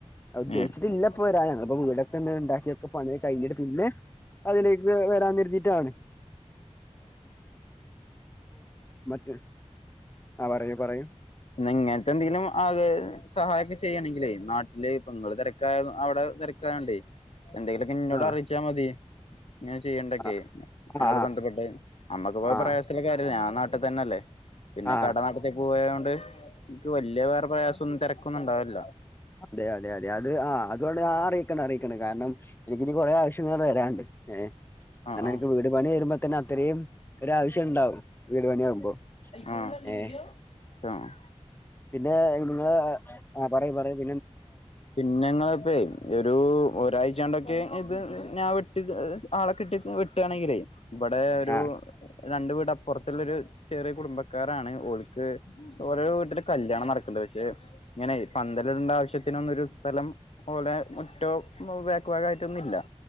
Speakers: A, on the left; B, on the left.
A: ഉദ്ദേശിച്ചിട്ട്
B: ഏഹ്
A: ഇല്ല ഇപ്പൊ വരാ ഞങ്ങിപ്പോ വീടൊക്കെ തന്നെ ഉണ്ടാക്കിയൊക്കെ പണി കഴിഞ്ഞിട്ട് പിന്നെ അതിലേക്ക് വരാ നിരുന്നീട്ടാണ് മറ്റ് ആ പറയൂ പറയൂ
B: ഇങ്ങനത്തെ എന്തെങ്കിലും ആക സഹായിക്ക ചെയ്യയാണെങ്കിൽേ നാട്ടില് നിങ്ങള് തിരക്കായ അവിടെ തിരക്കായുണ്ടേ എന്തെങ്കിലുമൊക്കെ ഇന്നോട്
A: ആ
B: അറിയിച്ചാൽ മതി ഇങ്ങനെ ചെയ്യണ്ടൊക്കെ
A: ആ
B: അതിനോട്
A: ആ
B: ബന്ധപ്പെട്ട് നമ്മക്ക് ഇപ്പോ
A: ആ
B: പ്രയാസുള്ള കാര്യല്ല നാട്ടിൽ തന്നെ അല്ലേ പിന്നെ
A: ആ
B: കട നടാടത്തി പോയത കൊണ്ട് എനിക്ക് വലിയ വേറെ പ്രയാസം ഒന്നും തിരക്ക നക്കൊന്നണ്ടാവില്ല
A: അതെയ അതെ അതെ അതെ അത് ആ അതുകൊണ്ട് അറിയിക്കണ അറിയിക്കണം കാരണം എനിക്കി കുറെേ ആവശ്യങ്ങൾ വരാണ്ട് ഏ
B: ആഹ്
A: കാരണംഎനിക്ക്
B: ആഹ്
A: വീട് പണി വരുമ്പോ തന്നെ ഇത്രയും ഒരു ആാവശ്യം ഉണ്ടാവും വീട് പണിയാകുമ്പോ
B: ആഹ്
A: ഏ
B: ആഹ്
A: പിന്നെ നിങ്ങ ആ പറയും പറയും
B: പിന്നെങ്ങള ഇപ്പേ ഒരു ഒരാഴ്ചണ്ടൊക്കെ ഇത് ഞാൻ വെട്ടി ആളൊക്കെ ഇട്ടി വെട്ടുകയാണെങ്കിലേ ഇവിടെ ഒരു
A: ആ
B: രണ്ട വീട അപ്പുറത്തുള്ളരു ചെറിയ കുടുംബക്കാരാണ് ഓലക്ക് ഓരോ വീട്ടില് കല്യാണം നടക്കണ്ടണ്ട് പക്ഷെ ഇങ്ങനെ പന്തല്ടണ്ട ആവശ്യത്തിനൊന്നരു സ്ഥലം ഓലെ മുറ്റവും ബാക്ക് ഭാഗം ആയിട്ടൊന്നുംഇ ല്ല